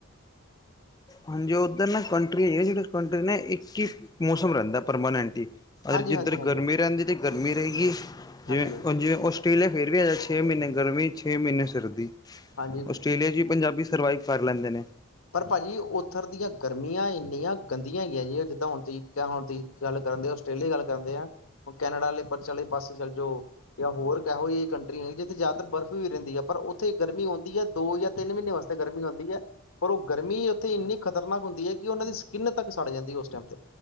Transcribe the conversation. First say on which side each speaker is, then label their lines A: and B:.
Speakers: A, on the left; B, on the left.
A: ਹਾਂਜੀ, ਉੱਧਰ ਨਾ ਕੰਟਰੀ ਏ, ਜਿਹੜੀ ਕੰਟਰੀ ਨੇ ਇੱਕ ਹੀ ਮੌਸਮ ਰਹਿੰਦਾ ਪਰਮਾਨੈਂਟਲੀ।
B: ਹਾਂਜੀ-ਹਾਂਜੀ,
A: ਜਿੱਧਰ
B: ਹਾਂਜੀ,
A: ਗਰਮੀ ਰਹਿੰਦੀ ਤੇ ਗਰਮੀ ਰਹੇਗੀ,
B: ਹਾਂਜੀ,
A: ਜਿਵੇਂ
B: ਹਾਂਜੀ
A: -ਜਿਵੇਂ ਉਸ ਆਸਟ੍ਰੇਲੀਆ ਫੇਰ ਵੀ ਹੈਗਾ, ਛੇ ਮੀਨੇ ਗਰਮੀ, ਛੇ ਮੀਨੇ ਸਰਦੀ।
B: ਹਾਂਜੀ
A: ਆਸਟ੍ਰੇਲੀਆ ਚ ਵੀ ਪੰਜਾਬੀ ਸਰਵਾਈਵ ਕਰ ਲੈਂਦੇ ਨੇ।
B: ਪਰ ਭਾਜੀ ਓਥਰ ਦੀਆਂ ਗਰਮੀਆਂ ਇੰਨੀਆਂ ਗੰਦੀਆਂ ਹੈਗੀਆਂ ਜੇ, ਜਿੱਦਾਂ ਹੁਣ ਤੁਹੀ, ਕਿਹਾ ਤੁਹੀ। ਗੱਲ ਕਰਦੇ ਆ, ਆਸਟ੍ਰੇਲੀਆ ਗੱਲ ਕਰਦੇ ਆ, ਹੁਣ ਕੈਨੇਡਾ ਆਲੇ ਚੱਲੇ ਪਾਸੇ ਚੱਲ ਜੌ ਜਾਂ ਹੋਰ ਕਿਹੋ ਜੀ ਕੰਟਰੀਆਂ ਜਿੱਥੇ ਜਾਦਾਤਰ ਬਰਫ਼ ਵੀ ਰੈਂਦੀ ਆ, ਪਰ ਉਥੇ ਗਰਮੀ ਔਂਦੀ ਆ ਦੋ ਜਾਂ ਤਿੰਨ ਮੀਨੇ ਵਾਸ ਤੇ ਗਰਮੀ ਔਂਦੀ ਆ। ਪਰ ਓ ਗਰਮੀ ਉੱਥੇ ਇੰਨੀ ਖਤਰਨਾਕ ਹੁੰਦੀ ਆ ਕਿ ਓਨਾਂ ਦੀ ਸਕਿੰਨ ਤੱਕ ਸੜ ਜਾਂਦੀ ਓਸ ਟੈਮ ਤੇ।